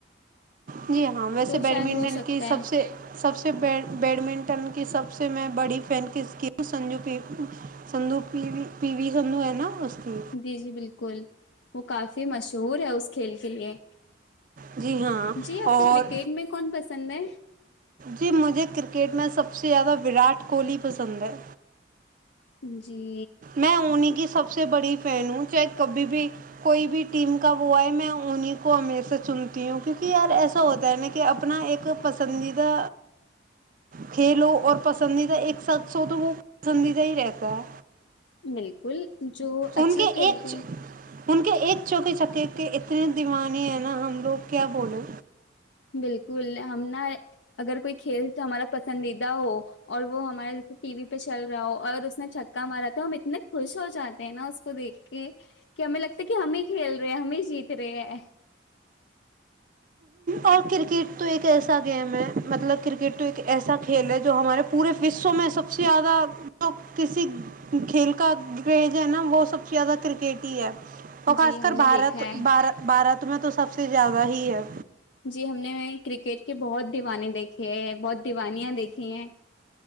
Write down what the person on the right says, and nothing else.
جی ہاں ویسے
بیڈمنٹن
کی سب
سے سب سے بیڈمنٹن کی سب سے میں بڑی فین سنجو کی سندو پی پی وی سندو ہے نا اس کی
جی ہاں
اور
جی مجھے کرکٹ میں سب سے زیادہ وراٹ کوہلی پسند ہے
میں انہیں کی سب سے بڑی فین ہوں چاہے کبھی بھی کوئی بھی ٹیم کا وہ ہے میں انہیں کو ہمیشہ چنتی ہوں کیونکہ یار ایسا ہوتا ہے نا کہ اب اپنا ایک پسندیدہ کھیلو اور پسندیدہ ایک ساتھ سو تو وہ پسندیدہ ہی رہتا ہے
ان کے
ایک
ان کے ایک چوکے چکے کے اتنے دیوانی ہیں نا ہم لوگ کیا بولے
اور کرکٹ تو ایک ایسا گیم ہے مطلب کرکٹ تو ایک ایسا کھیل ہے جو ہمارے پورے وشو میں سب سے زیادہ جو کسی کھیل کا کریز ہے نا وہ سب سے زیادہ کرکٹ ہی ہے اور خاص
کر
بھارت
بار بھارت میں تو سب سے زیادہ ہی ہے